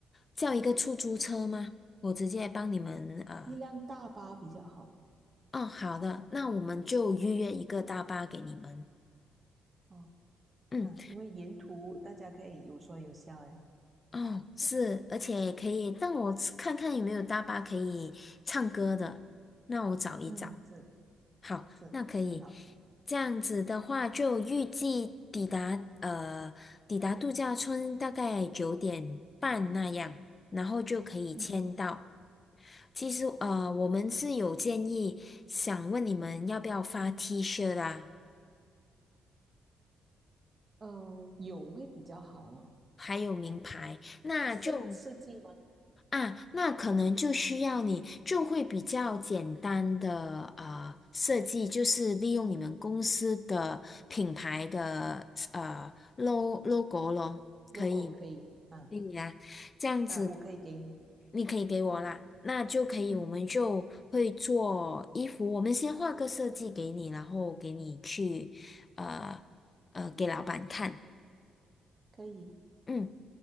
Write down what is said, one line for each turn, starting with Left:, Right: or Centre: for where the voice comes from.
Left: 叫一个出租车吗？我直接帮你们呃，
Right: 一辆大巴比较好，
Left: 哦，好的，那我们就预约一个大巴给你们。
Right: 嗯，好，
Left: 嗯，
Right: 啊，因为沿途大家可以有说有笑呀。
Left: 哦，是，而且也可以让我看看有没有大巴可以唱歌的，那我找一找。
Right: 嗯，是
Left: 好，
Right: 是，
Left: 那可以。
Right: 很好。
Left: 这样子的话，就预计抵达呃抵达度假村大概九点半那样，然后就可以签到。
Right: 嗯，
Left: 其实呃，我们是有建议，想问你们要不要发 T 恤啦，
Right: 呃，有会比较好咯。
Left: 还有名牌，
Right: 啊，
Left: 那就
Right: 会设设计吗
Left: 啊，那可能就需要你就会比较简单的呃设计，就是利用你们公司的品牌的呃 lo logo 咯，可以吗？
Right: ？logo 可以。啊
Left: 可以啊，这样子
Right: 啊，我可以给你。
Left: 你可以给我啦，那就可以，
Right: 嗯，
Left: 我们就会做衣服，我们先画个设计给你，然后给你去呃呃给老板看，
Right: 可以。
Left: 嗯，